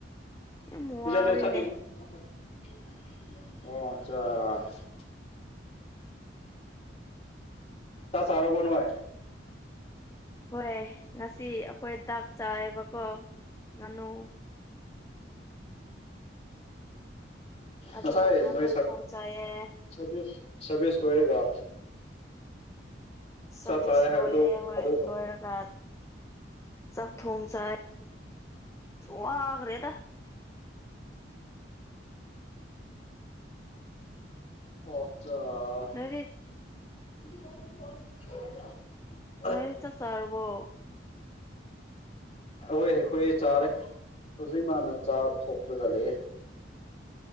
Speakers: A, on the left; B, on the left.
A: ꯌꯥꯝ
B: <unintelligible>
A: ꯋꯥꯔꯦꯅꯦ
B: ꯆꯥ ꯆꯥꯎꯔꯕꯣ ꯅꯣꯏ
A: ꯍꯣꯏ ꯉꯁꯤ ꯑꯩꯈꯣꯏ ꯗꯥꯛ ꯆꯥꯏꯕꯀꯣ ꯉꯅꯣ ꯑꯗꯨ
B: ꯉꯁꯥꯏ
A: ꯉꯥꯅꯨ
B: ꯅꯣꯏ
A: ꯊꯣꯡ ꯆꯥꯏꯌꯦ
B: ꯁꯥꯔꯚꯤꯁ ꯁꯥꯔꯚꯤꯁ ꯂꯣꯏꯔꯒ
A: ꯁꯥꯔꯚꯤꯁ
B: ꯆꯥꯛ ꯆꯥꯏ ꯍꯥꯏꯕꯗꯣ
A: ꯂꯣꯏꯔꯦ ꯍꯣꯏ
B: ꯑꯗꯨꯔꯣ
A: ꯂꯣꯏꯔꯒ ꯆ ꯊꯣꯡꯁ ꯋꯥꯈꯔꯦꯗ
B: ꯑꯣ ꯑꯆꯥ
A: ꯅꯔꯤꯠ
B: <inaudible>
A: ꯅꯣꯏ ꯆꯥꯛ ꯆꯔꯕꯣ
B: ꯑꯩꯈꯣꯏ ꯍꯈꯣꯏ ꯆꯥꯔꯦ ꯍꯧꯖꯤꯛ ꯃꯥꯅ ꯆꯥ ꯊꯣꯛꯂꯒ ꯂꯩꯑꯦ